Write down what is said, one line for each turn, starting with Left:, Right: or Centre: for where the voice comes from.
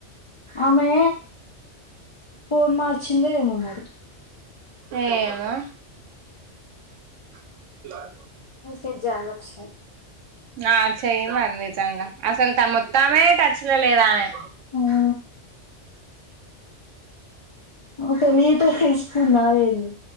Left: ఆమే ఫోన్ మార్చ చిందే ఏమో మరి
Right: ఏమొ <inaudible>
Left: ఇంట జాల క్ష
Right: ఆ చేయను అన్ని చల్నా అసల్ మొత్తమే టచ్ లో లేదామె
Left: ఆ అ తెలీదు చూసుకున్నారెంది